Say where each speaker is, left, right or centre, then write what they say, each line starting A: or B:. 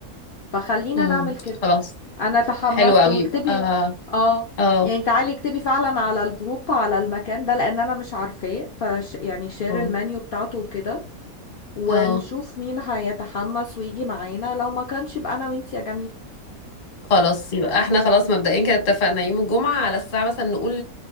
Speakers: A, on the left; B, on the left.
A: فخلينا
B: مم.
A: نعمل كده
B: خلاص
A: انا تحمست
B: حلو قوي
A: واكتبي
B: يبقى اه
A: اه
B: اه
A: يعني تعالي اكتبي فعلا على الجروب على المكان ده لان انا مش عارفاه فش يعني شير
B: اه
A: المنيو بتاعته وكده ونشوف
B: آه.
A: مين هيتحمس ويجي معانا لو ما كانش يبقى انا وانتي يا جميل
B: خلاص يبقى احنا خلاص مبدئيا كده اتفقنا يوم الجمعة على الساعة مثلا نقول